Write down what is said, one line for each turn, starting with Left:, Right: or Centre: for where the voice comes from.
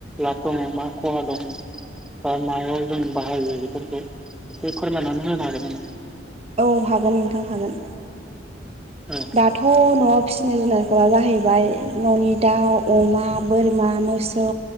Centre: लाब दङ मा खहा दं बा मायाव जों बाहायो बेफोरखौ एसे फोरमायनानै होनो हागोन नामा
Right: औ हागोन नोंथां हागोन
Centre: औ
Right: दाथ' न'आव फिसिनाय जुनारफोरा जाहैबाय न'नि दाउ अमा बोरमा मोसौ